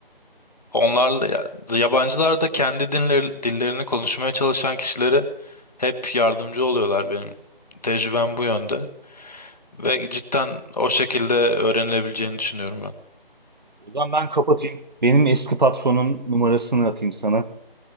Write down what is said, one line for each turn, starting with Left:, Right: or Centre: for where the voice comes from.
Left: onlarla ya- yabancılar da kendi dinleri, dillerini konuşmaya çalışan kişilere hep yardımcı oluyorlar benim. Tecrübem bu yönde. Ve cidden o şekilde öğrenilebileceğini düşünüyorum ben.
Right: O zaman ben kapatayım. Benim eski patronun numarasını atayım sana.